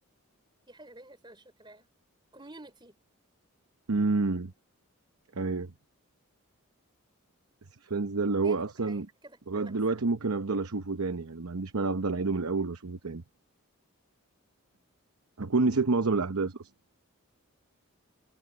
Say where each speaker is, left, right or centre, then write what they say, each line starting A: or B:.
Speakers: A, on the right; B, on the right.
A: في حاجة تانية بس أنا مش فاكراها كوميونيتي
B: امم ايوه بس فريندز ده اللي هو
A: هيك
B: اصلا
A: حاجات كده
B: لغايه
A: كلاسيك
B: دلوقتي ممكن افضل اشوفه تاني يعني ما عنديش مانع افضل اعيده من الاول واشوفه تاني هكون نسيت معظم الاحداث اصلا